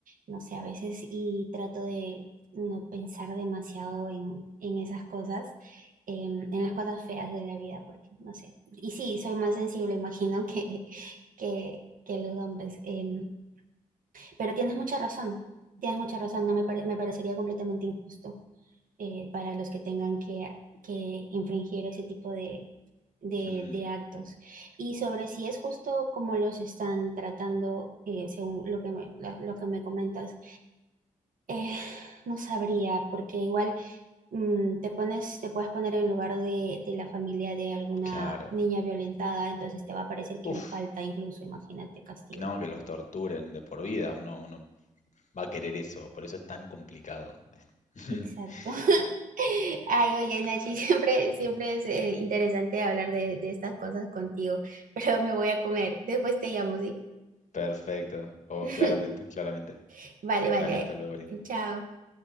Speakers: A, on the right; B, on the left.
A: no sé, a veces y trato de no pensar demasiado en, en esas cosas, em, en las cosas feas de la vida, porque, no sé, y sí, soy más sensible, <laughs> imagino, que, que, que los hombres, em, pero tienes mucha razón, tienes mucha razón, no me, pare- me parecería completamente injusto eh, para los que tengan que, que infringir ese tipo de, de,
B: <laughs>
A: de actos. Y sobre si es justo como los están tratando, eh, según lo que me, la- lo que me comentas, eh, <sighs> no sabría, porque igual mm, te pones, te puedes poner en lugar de, de la familia de alguna
B: Claro.
A: niña violentada, entonces te va a parecer que
B: Uf,
A: le falta incluso, imagínate, castigo.
B: no, que los torturen de por vida, uno, uno va a querer eso, por eso es tan complicado. <laughs>
A: Exacto. <laughs> Ay, oye, Nachi, <laughs> siempre, siempre es eh, interesante hablar de, de estas cosas contigo, <laughs> pero me voy a comer. Después te llamo, ¿sí?
B: Perfecto. Oh,
A: <laughs>
B: claramente, claramente.
A: Vale, vale.
B: Dale, hasta luego, Lin.
A: Chao.